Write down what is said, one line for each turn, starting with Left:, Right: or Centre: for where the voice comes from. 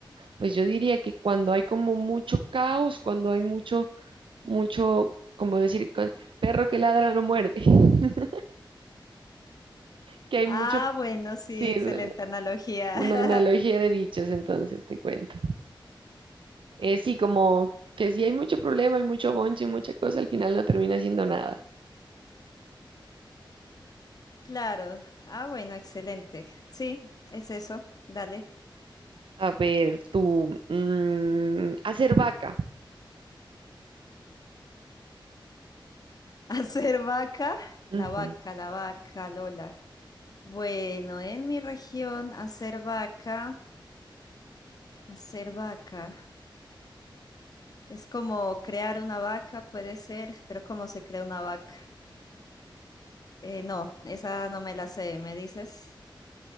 Right: Pues yo diría que cuando hay como mucho caos, cuando hay mucho, mucho, como decir, cua- perro que ladra no muerde, <laughs> que hay
Left: Ah,
Right: mucho,
Left: bueno, sí,
Right: sí,
Left: excelente
Right: es eh,
Left: analogía.
Right: una analogía
Left: <laughs>
Right: de dichos, entonces te cuento. Eh, sí, como que si hay mucho problema, hay mucho bonche, y mucha cosa, al final no termina siendo nada.
Left: Claro. Ah, bueno, excelente. Sí, es eso. Dale.
Right: A ver, tú, mm, hacer vaca.
Left: Hacer vaca,
Right: Ujú.
Left: la vaca, la vaca, Lola. Bueno, en mi región, hacer vaca, hacer vaca. Es como crear una vaca, puede ser, pero ¿cómo se crea una vaca? Eh, no, esa no me la sé, ¿me dices?